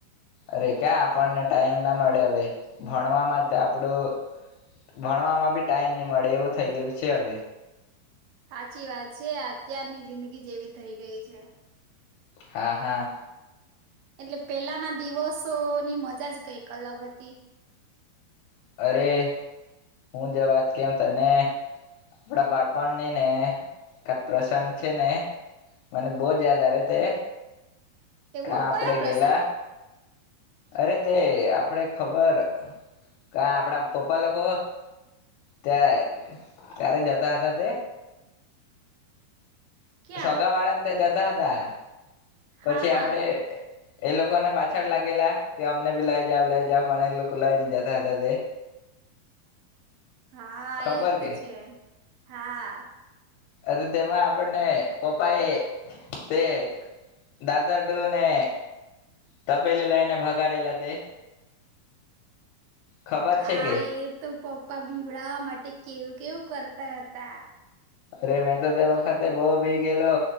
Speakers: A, on the left; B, on the right.
A: અરે! ક્યા આપણને ટાઈમ ના મળે હવે. ભણવામાં તો આપડું ભણવામાં બી ટાઈમ નહી મળે. એવું થઈ ગયેલું છે હવે.
B: સાચી વાત છે. આત્યારની જિંદગી જ એવી થઈ ગઈ છે.
A: હા, હા.
B: એટલે પેલાના દિવસોની મજા જ કંઈક અલગ હતી.
A: અરે! હું જેવ વાત કેઉં તને આપણા બાળપણની ને એકાદ પ્રસંગ છે ને, મને બહુ જ યાદ આવે તે.
B: કેવું,
A: કા આપડે
B: કયો પ્રસંગ?
A: ગેલા અરે તે આપડે ખબર કા આપડા પપ્પા લોકો ત્યાં ક્યારે જતા હતા તે.
B: ક્યાં
A: સગા વાળાને તે જાત તા હતા. પછી
B: હા
A: આપડે
B: હા
A: એ લોકોને પાછળ લાગેલા કે અમને બી લઈ જાઓ, લઈ જાવ પણ એ લોકો લઈ નઈ જતા હતા તે
B: હા
A: ખબર
B: એ તો
A: કે
B: છે હા.
A: અરે તેમાં આપણને પપ્પા એ તે દાદર ડો ને તપેલી લઈને ભગાડેલા તે ખબર
B: હા
A: છે કે
B: એ તો પપ પા બિવડાવા માટે કેવ-કેવું કરતા હતા.
A: અરે મેં તો તે વખતે બોહ બી ગયેલો.